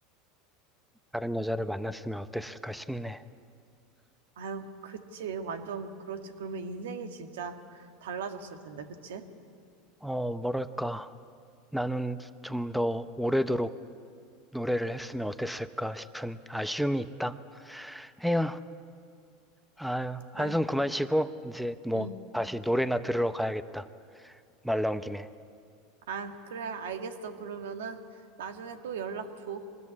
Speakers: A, in the centre; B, on the right (about 80°).
A: 다른 여자를 만났으면 어땠을까 싶네.
B: 아유, 그치. 완전 그렇지. 그러면 인생이 진짜 달라졌을 텐데, 그치?
A: 어, 뭐랄까. 나는 좀 더 오래도록 노래를 했으면 어땠을까 싶은 아쉬움이 있다. 에휴, 아유, 한숨
B: 아유.
A: 그만 쉬고, 이제 뭐,
B: 음.
A: 다시 노래나 들으러 가야겠다. 말 나온 김에.
B: 아, 그래, 알겠어. 그러면은 나중에 또 연락 줘.